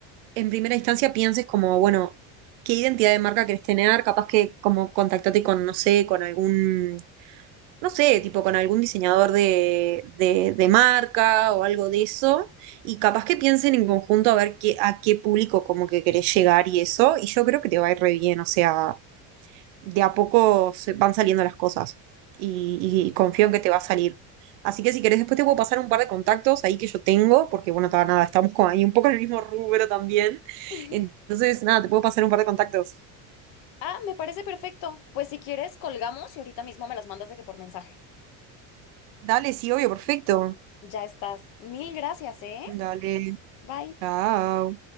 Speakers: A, on the right; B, on the left.
A: en primera instancia pienses como, bueno, qué identidad de marca querés tener, capaz que como contactate con, no sé, con algún, no sé, tipo con algún diseñador de, de, de marca o algo de eso, y capaz que piensen en conjunto a ver qué, a qué público como que querés llegar y eso, y yo creo que te va a ir re bien, o sea, de a poco se van saliendo las cosas y, y confío en que te va a salir. Así que si querés, después te puedo pasar un par de contactos ahí que yo tengo, porque bueno, ta- nada, estamos como ahí un poco en el mismo rubro también.
B: <laughs>
A: Entonces, nada, te puedo pasar un par de contactos.
B: Ah, me parece perfecto. Pues si quieres, colgamos y ahorita mismo me las mandas de que por mensaje.
A: Dale, sí, obvio, perfecto.
B: Ya estás. Mil gracias, ¿eh?
A: Dale,
B: Bye.
A: chao.